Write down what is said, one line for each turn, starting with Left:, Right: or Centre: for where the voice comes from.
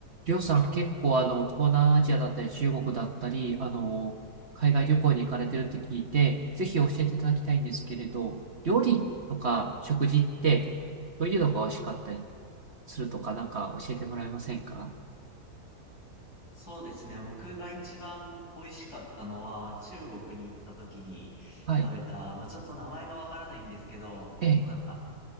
Right: りょうさん結構あの、東南アジアだったり中国だったり、あの、海外旅行に行かれてるって聞いて、ぜひ教えていただきたいんですけれど、料理とか食事って、どういうのが美味しかったりするとかなんか教えてもらえませんか
Left: そうですね。僕が一番恋しかったのは、中国に行った時に食べた、
Right: はい。
Left: まあちょっと名前がわからないんですけど、
Right: ええ、
Left: もうなんか、